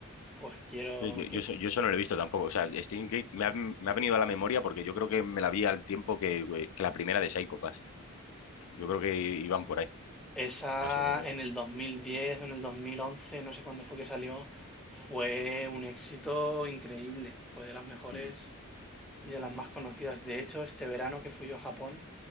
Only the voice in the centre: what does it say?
Pues quiero
que
esa
en el 2010 o en el 2011, no sé cuándo fue que salió, fue un éxito increíble, fue de las mejores
y de las más conocidas. De hecho, este verano que fui yo a Japón